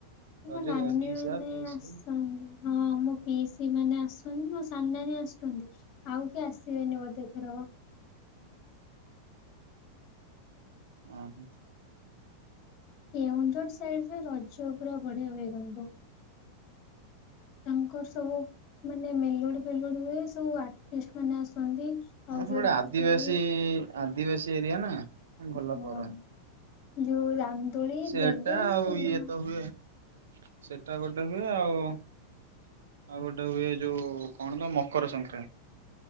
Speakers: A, on the right (about 65°); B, on the left (about 40°).
A: ରଜରେ
B: ମ ନାନୀ
A: ପିଇସା
B: ମାନେ
A: ପିଇସି
B: ଆସନ୍ତି। ହଁ ମୋ ପିଇସୀ ମାନେ ଆସନ୍ତି ମୋ ସାନ ନାନୀ ଆସନ୍ତି ଆଉ କିଏ ଆସିବେନି ବୋଧେ ଏଥରକ
A: ଓହ
B: କେଉଁଝର ସା ସେଇ ସେ ରଜ ପୁରା ବଢ଼ଆ ବେଗ ତ ତାଙ୍କର ସବୁ ମାନେ ମେଲୋଡି ଫେଲୋଡି ହୁଏ ସବୁ ଆର୍ଟିଷ୍ଟ ମାନେ ଆସନ୍ତି। ଆଉ
A: ହଁ
B: ଯୋଉ
A: ସେପଟେ
B: ରାମଦୋଳି
A: ଆଦିିବାସୀ ଇଁ ଇଁ ଆ ଆବେସି ଏରିଆ ନା ହଁ ଭଲ
B: ହଁ
A: କରନ୍ତି।
B: ଯୋଉ ରାମ ଦୋଳି
A: ସେଟା
B: ବ୍ରେକ୍ ଡାନ୍ସ
A: ଆଉ
B: ସେଗୁଡା
A: ଇଏ ତ ହୁଏ ସେଟା ଗୋଟେ ହୁଏ ଆଉ ଆଉ ଗୋଟେ ହୁଏ ଯୋଉ କଣ ତ ମକର ସଂକ୍ରାନ୍ତି।